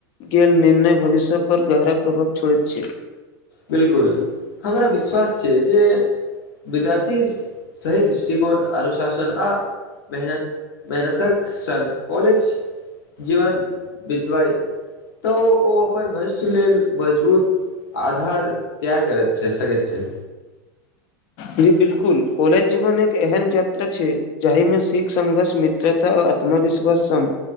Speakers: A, on the left (about 50°); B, on the left (about 85°).
A: गेल निर्णय भविष्य पर गहरा प्रभाव छोड़ैत छै
B: बिलकुल हमरा विश्वास छै जे विद्यार्थी सही दृष्टिकोन अनुशासन आ मेहनत मेहनतक संग कॉलेज जीवन बित्वइ तऽ ओ अपन भविष्य लेल मजबूत आधार तैआर करैत छै सकैत छै
A: जी बिलकुल कॉलेज जीवन एक एहन यात्रा छै जाहिमे सिख संघर्ष मित्रता आ आत्मविश्वास संघ